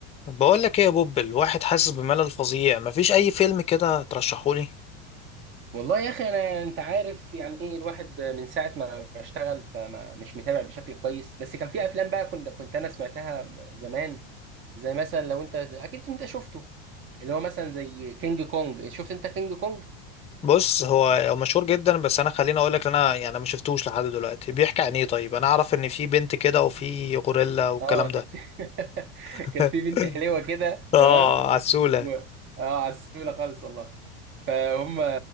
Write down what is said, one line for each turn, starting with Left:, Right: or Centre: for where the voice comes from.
Left: بقول لك ايه يا بوب الواحد حاسس بملل فظيع مفيش اي فيلم كده ترشحولي
Right: والله يا اخي انا انت عارف يعني ايه الواحد من ساعه ما ما اشتغل فما مش متابع بشكل كويس بس كان في افلام بقى كنت كنت انا سمعتها زمان زي مثلا لو انت اكيد انت شفته اللي هو مثلا زي كينج كونج شفت انت كينج كونج
Left: بص هو هو مشهور جدا بس انا خليني اقول لك انا يعني ما شفتوش لحد دلوقتي بيحكي عن ايه طيب انا اعرف ان في بنت كده وفي غوريلا والكلام
Right: اه
Left: ده
Right: كان في <laughs>
Left: <laughs>
Right: كان في بنت حلوه كده
Left: اه
Right: تمام
Left: عسولة
Right: و... اه عسوله خالص والله فهم